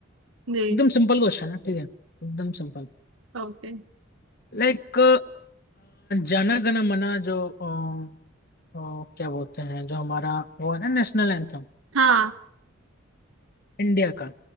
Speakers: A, on the left; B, on the right.
A: एकदम
B: जी
A: सिंपल क्वेश्चन है ठीक है एकदम सिंपल
B: ओके
A: लाइक जाना गना मना जो अ, अ, क्या बोलते हैं जो हमारा वो है ना नेशनल एंथम
B: हाँ
A: इंडिया का